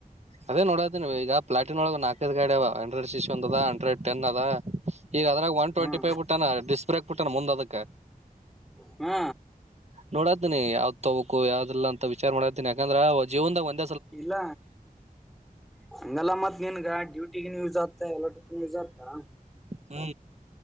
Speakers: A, on the right; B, in the centre.
A: ಅದೇ ನೋಡದ ನೀವು ಈಗ ಪ್ಲಾಟಿನ್ಳ ನಾಕೈದು ಗಾಡವ ಅಂಡ್ರಡ್ ಸಿಿಸ್ ಒ ಅದ ಅಂಡ್ರ್ಡ್ ಟನ್ದ ಈಗ ಅದ್ರಾಗ ಒನ್
B: ಹ್ಮ
A: ಟ್ವೆಂಟಿ ಫೈವ್ ಬಿುಟ್ಟಾನ ಡಿಸ್ಕ್ ಬ್ರೇಕ್ ಬಿುಟ್ಟಾನ ಮುಂದ್ ಅದಕ್
B: ಹ್ಮ
A: ನೋಡಾ್ದಿನಿ ಯಾವ್ ತಗೋಬೇಕು ಯಾವ್ದಿಲ್ಲ ಅಂತ ವಿಚಾರ ಮಾಡತಿನನಿ ಯಾಕಂದ್ರ ಜೀವದಾಗ ಒಂದ
B: ಇಲ್ಲ್ಮ <inaudible> ಹಂಗಲ್ಲ ಮತ್ ಮನ್ಗ ಡ್ಯೂಟಿಗ ನೀವುತ್ ಎಲ್ಲ ತು ಜಾಗತಾ
A: ಹ್ಮ